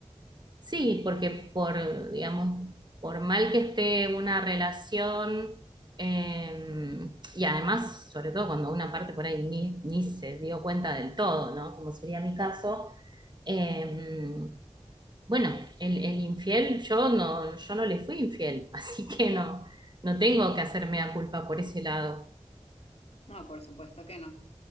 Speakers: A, on the right; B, on the left.
A: Sí, porque por, digamos, por mal que esté una relación, eh, y además, sobre todo cuando una parte por ahí ni, ni se dio cuenta del todo, ¿no? Como sería mi caso, eh, bueno, el, el infiel, yo no, yo no le fui infiel, <laughs> así que no, no tengo que hacerme a culpa por ese lado.
B: No, por supuesto que no.